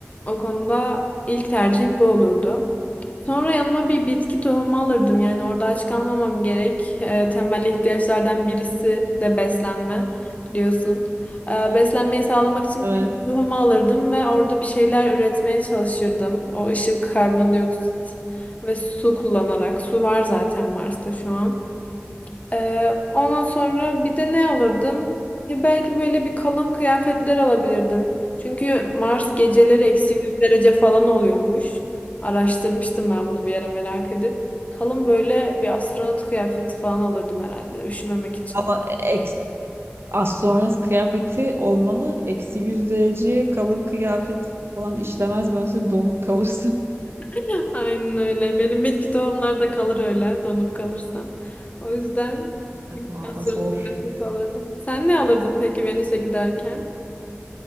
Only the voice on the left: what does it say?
o konuda ilk tercihim bu olurdu. Sonra yanıma bir bitki tohumu alırdım. Yani orada aç kalmamam gerek. Eee, temel ihtiyaçlardan birisi de beslenme biliyorsun. Eee, beslenmeyi sağlamak için
bir bitki tohumu alırdım ve orada bir şeyler üretmeye çalışırdım. O ışık, karbondioksit ve su kullanarak. Su var zaten Mars'ta şu an. Ee, ondan sonra bir de ne alırdım? Ya belki böyle bir kalın kıyafetler alabilirdim. Çünkü Mars geceleri eksi 100 derece falan oluyormuş. Araştırmıştım ben bunu bir yere merak edip. Kalın böyle bir astronot kıyafeti falan alırdım herhalde üşümemek için.
<laughs> Aynen öyle. Benim bitki tohumları da kalır öyle donup kalırsam. O yüzden
bir
astronot
kıyafeti alırdım. Sen ne alırdın peki Venüs'e giderken?